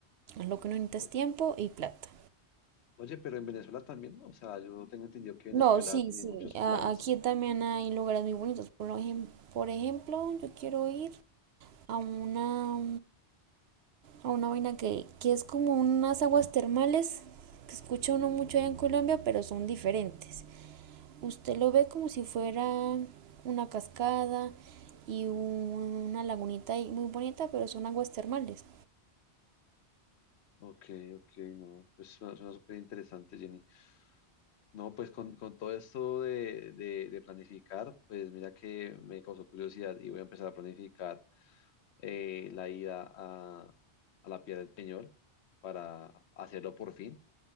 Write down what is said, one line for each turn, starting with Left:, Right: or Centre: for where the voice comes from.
Right: Lo que no necesitas
Left: O-
Right: tiempo y plata.
Left: Oye, pero en Venezuela también, ¿no? O sea, yo tengo entendido que
Right: No,
Left: Venezuela
Right: sí,
Left: tiene
Right: sí,
Left: muchos
Right: a-
Left: planes.
Right: aquí también hay lugares muy bonitos. Por lo ejem- por ejemplo, yo quiero ir a una, a una vaina que, que es como unas aguas termales que escucha uno mucho allá en Colombia, pero son diferentes. Usted lo ve como si fuera una cascada y una lagunita ahí muy bonita, pero son aguas termales.
Left: Ok, ok, no. Pues suena, suena súper interesante, Jenny. No, pues con, con todo esto de, de- de planificar, pues mira que me causó curiosidad y voy a empezar a planificar eh, la ida a, a la Piedra del Peñol para hacerlo por fin.